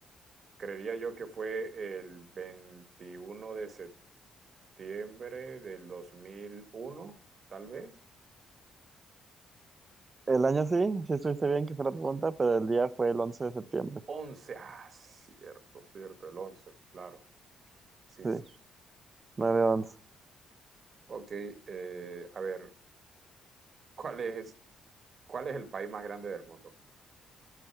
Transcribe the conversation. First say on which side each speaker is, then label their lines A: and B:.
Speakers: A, on the right; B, on the right.
A: creería yo que fue el 21 de septiembre del 2001, tal vez.
B: El año sí, sí estuviste bien que fue la pregunta, pero el día fue el once de septiembre.
A: Once. ah, cierto, cierto, el 11. claro. Sí,
B: Sí,
A: sí.
B: nueve once.
A: Ok, eh, a ver, ¿cuál es, cuál es el país más grande del mundo?